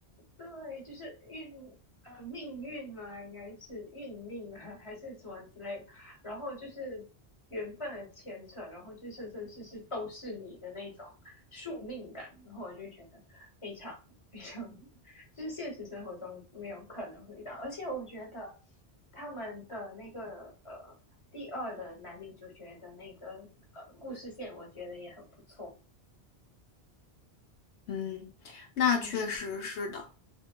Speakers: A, on the left; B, on the left.
A: 对，就是运呃命运嘛，应该是运命啊，<laughs> 还是什么之类的。然后就是缘分的牵扯，然后就是生生世世都是你的那种宿命感。然后我就觉得非常非常，就是现实生活中没有可能会遇到。而且我觉得他们的那个呃第二的男女主角的那个呃故事线，我觉得也很不错。
B: 嗯，那确实是的。
A: 嗯，